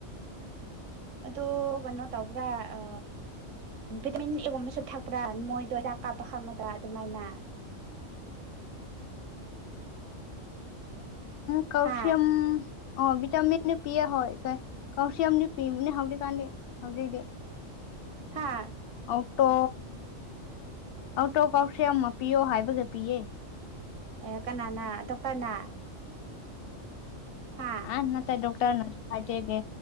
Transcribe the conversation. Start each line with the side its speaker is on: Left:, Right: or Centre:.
Right: ꯑꯣ ꯀꯩꯅꯣ ꯇꯧꯕ꯭ꯔꯥ ꯑ ꯚꯤꯇꯥꯃꯤꯟ ꯑꯦꯒꯨꯝꯕꯁꯨ ꯊꯛꯄ꯭ꯔꯥ ꯃꯣꯏꯗꯣ ꯆꯥꯛ ꯀꯥꯞꯄ ꯈꯪꯕꯗ ꯑꯗꯨꯃꯥꯏꯅ
Left: <unintelligible>
Right: ꯍꯥ
Left: ꯑꯣ ꯚꯇꯥꯃꯤꯟ ꯄꯤꯌꯦ ꯍꯣꯏ ꯀꯥꯎꯁꯤꯌꯝꯗꯤ ꯄꯤꯕꯅꯦ ꯍꯧꯖꯤꯛꯀꯥꯟꯗꯤ ꯍꯧꯖꯤꯛꯗꯤ
Right: ꯍꯥꯥ
Left: ꯑꯧꯇꯣ ꯑꯧꯇꯣ ꯀꯥꯎꯁꯤꯌꯝ ꯄꯤꯌꯣ ꯍꯥꯏꯕꯒꯤ ꯄꯤꯌꯦ
Right: ꯑꯦ ꯀꯅꯥꯅ ꯗꯣꯛꯇꯔꯅ ꯍꯥ
Left: ꯑ ꯅꯠꯇꯦ ꯗꯣꯛꯇꯔꯅꯁꯨ ꯍꯥꯏꯖꯦꯗꯦ